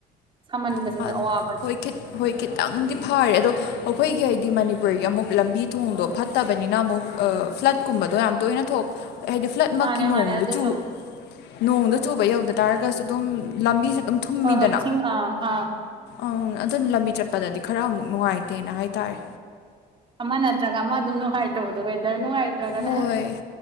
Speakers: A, on the right; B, on the left.
A: ꯁꯥꯃꯟꯕꯁꯤꯁꯨ
B: <inaudible>
A: ꯑꯋꯥꯕꯅꯤ
B: ꯍꯣꯏ ꯈꯤꯠ ꯍꯣꯏ ꯈꯤꯇꯪꯗꯤ ꯐꯥꯔꯦ ꯑꯗꯣ ꯑꯈꯣꯏꯒꯤ ꯍꯥꯏꯗꯤ ꯃꯅꯤꯄꯨꯔꯒꯤ ꯑꯃꯨꯛ ꯂꯝꯕꯤ ꯊꯣꯡꯗꯣ ꯐꯠꯇꯕꯅꯤꯅ ꯑꯃꯨꯛ ꯑ ꯐ꯭ꯂꯠꯀꯨꯝꯕꯗꯣ ꯌꯥꯝ ꯇꯣꯏꯅ ꯊꯣꯛ ꯍꯥꯏꯗꯤ ꯐ꯭ꯂꯠꯃꯛꯀꯤ
A: ꯃꯥꯅꯦ ꯃꯥꯅꯦ
B: ꯅꯣꯡꯗꯨ
A: ꯑꯗꯨꯁꯨ
B: ꯆꯨ ꯅꯣꯡꯗꯣ ꯆꯨꯕ ꯌꯧꯗ ꯇꯥꯔꯒꯁꯨ ꯑꯗꯨꯝ ꯂꯝꯕꯤꯁꯦ ꯑꯗꯨꯝ ꯊꯨꯝꯃꯤꯗꯅ
A: ꯍꯣꯏ ꯍꯣꯏ ꯏꯁꯤꯡ ꯑꯥ ꯑꯥ
B: ꯑꯪ ꯑꯗꯨꯅ ꯂꯝꯕꯤ ꯆꯠꯄꯗꯗꯤ ꯈꯔ ꯑꯃꯨꯛ ꯅꯨꯡꯉꯥꯏꯇꯦꯅ ꯍꯥꯏꯇꯥꯔꯦ
A: ꯑꯃ ꯅꯠꯇ꯭ꯔꯒ ꯑꯃ ꯑꯗꯨꯝ ꯅꯨꯡꯉꯥꯏꯇꯕꯗꯣ ꯋꯦꯗꯔ ꯅꯨꯡꯉꯥꯏ ꯇ꯭ꯔꯒꯅ
B: ꯍꯣꯏ